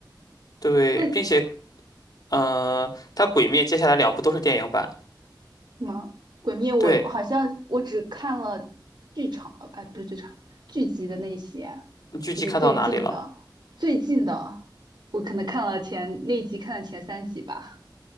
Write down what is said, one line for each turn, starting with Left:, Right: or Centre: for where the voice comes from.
Left: 对，
Right: 那
Left: 并且，嗯、它《鬼灭》接下来两部都是电影版。
Right: 什么《鬼灭》我，
Left: 对，
Right: 我好像我只看了剧场，呃哎，不是剧场，剧集的那些，
Left: 你剧集看到哪里了？
Right: 就是最近的，最近的，我可能看了前那一集，看了前三集吧，